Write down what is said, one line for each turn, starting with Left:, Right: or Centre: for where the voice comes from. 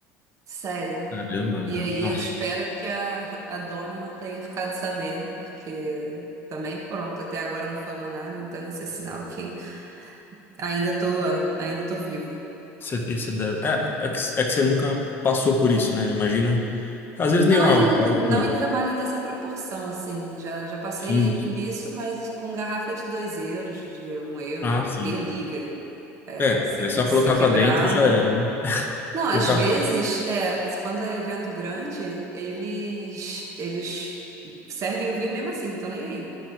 Right: sério.
Left: Caramba, meu.
Right: E aí
Left: Nossa,
Right: eu espero que a, a dona não tenha ficado sabendo, porque também pronto, até agora não falou nada, então esse é sinal que ainda tô, ainda tô viva.
Left: você, você deve... É, é que, é que você nunca passou por isso, né? Imagino, às vezes
Right: Não
Left: nem algo,
Right: em,
Left: algo
Right: não em trabalho dessa proporção, assim. Já, já passei
Left: químico.
Right: por isso, mas com garrafa de dois euros, de um euro,
Left: Ah, sim.
Right: ninguém liga. É,
Left: É,
Right: Se,
Left: é
Right: que-
Left: só
Right: se
Left: colocar
Right: quebrar.
Left: para dentro e já era, né?
Right: Não, às
Left: Colocar
Right: vezes, é, quando é evento grande, eles, eles servem o vinho mesmo assim, então nem aí.